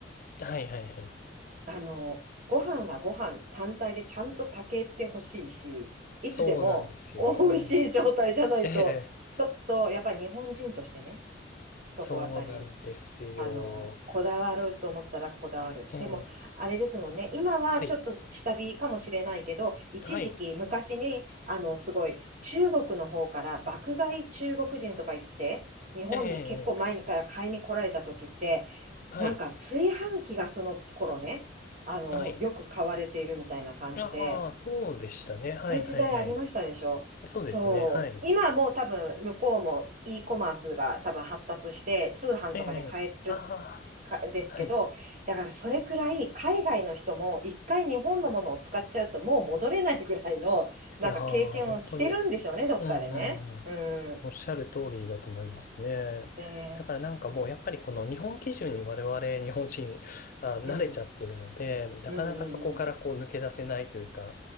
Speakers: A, on the left (about 50°); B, on the right (about 45°).
A: はいはいはい。
B: あの、ご飯はご飯単体でちゃんと炊けてほしいし、
A: そうなんですよ。
B: いつでも美味しい状態じゃないと、
A: うん。ええ、
B: ちょっと、やっぱり日本人としてね、そこあたり、
A: そうなんですよ。
B: あの、こだわると思ったらこだわる。
A: ええ、
B: でも、あれですもんね。今はちょっと下火かもしれないけど、
A: はい。
B: 一時期昔に、
A: はい。
B: あの、すごい、中国の方から爆買い中国人とか言って、日本に結構前にから買いに来られた時って、
A: ええ、はい。
B: なんか炊飯器がその頃ね、あの、
A: はい。
B: よく買われているみたいな感じで、
A: ああ、そうでしたね。はいはいはい。
B: そういう時代ありましたでしょそう。
A: そうですね。はい。
B: 今もう多分向こうも e コマースが多分発達して通販とかで買える
A: ええ。あ
B: かですけど、
A: あ、はい。
B: だからそれくらい海外の人も一回日本のものを使っちゃうともう戻れないぐらいのなんか経験をしてるんでしょうね、
A: いやー、本当に。
B: どっかでね。
A: うんうんうん。
B: うん。
A: おっしゃる通りだと思いますね。
B: ね
A: だからなんかもうやっぱりこの日本基準に我々日本人 <laughs> あ慣れちゃってるので、
B: うん。
A: なかなかそこからこう抜け出せないというか、
B: うんうん